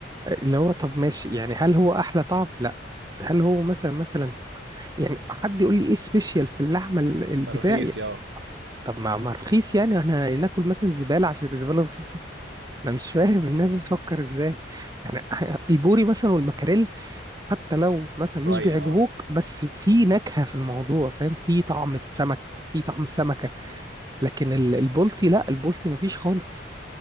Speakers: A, on the right; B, on the right.
A: اللي هو طب ماشي يعني هل هو احلى طعم لا هل هو مثلا مثلا يعني حد يقول لي ايه سبيشال في اللحمه ال- البتاع
B: رخيص يا
A: طب ما ما رخيص يعني احنا ناكل مثلا زباله عشان الزباله رخيصه انا مش فاهم الناس بتفكر ازاي يعني <laughs> البوري مثلا والمكاريل حتى لو مثلا مش
B: شويه
A: بيعجبوك
B: اه
A: بس في نكهة في الموضوع فاهم في طعم السمك في طعم السمكة لكن ال- البولتي لا البولتي مفيش خالص